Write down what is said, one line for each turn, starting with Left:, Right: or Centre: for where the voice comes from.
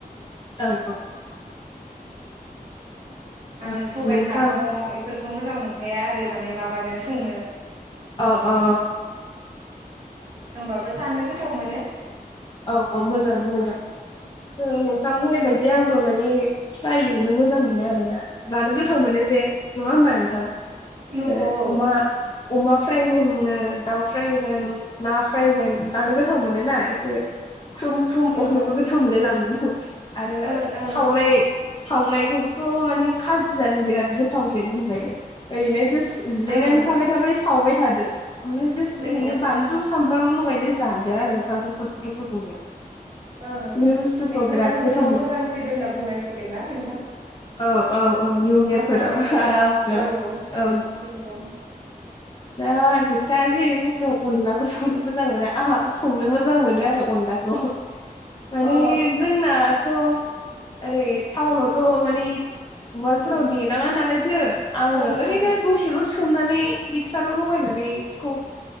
Left: औ औ।
Right: आङो
Left: ओ
Right: सबाय
Left: नोंथां
Right: साम' इफोरखौ मोजां मोनखाया आरो माने माबानो संनो।
Left: अ औ।
Right: होमबाबो जानो गोथाव मोनो।
Left: औ औ मोजां मोजां। ओ नोंथां बुंनाय बायदि आंबो माने फ्राइ एवनो मोजां मोनो आरो ना। जानो गोथाव मोनो जे। नङा होमबा नोंथां?
Right: नंगौ
Left: ओ
Right: औ
Left: अमा अमा फ्राय होनो दाउ फ्राय होन ना फ्राय होन जानो गोथाव मोनो ना एसे। ख्रुम ख्रुम
Right: नंगौ
Left: अरनोबो गोथाव मोनलायलाङो आरो
Right: ओं ओं
Left: सावनाय सावनायखौ थ माने खाजि जानो बिराद गोथावसै होनजायो। ओरैनो जास जिरायनानै
Right: ओं
Left: थाबाय थाबाय सावबाय थादो ओमफ्राय जास ओरैनो
Right: नंगौ
Left: बानलु सामब्राम लगायदो जादो आरो ओंखामजों गुदुं गुदुंनो।
Right: ओं
Left: बे बुस्थुखौ
Right: ने गोजां
Left: बिराद
Right: बोथोराव
Left: गोथाव मोनो
Right: मोजांसिन होनना बुंनांसिगोन ना नोंथां।
Left: औ औ औ निउ
Right: अमा
Left: इयार
Right: सावनायखौ
Left: फोराव आरामनो
Right: औ
Left: औ।
Right: <unintelligible>
Left: दा नोंथाङा जेरै बुंदों अनलाखौ संनो मोजां मोना आहा संनो मोजां मोनो आरो अनला थ माने
Right: अ
Left: जोंनाथ' ओरै टाउनावथ मानि वालफोराव
Right: नंगौ
Left: देनाङा नालायथो आङो
Right: ओं
Left: ओरैनो
Right: ओं
Left: दसेल सोमनानै मिक्साराव लगायनानै बिखौ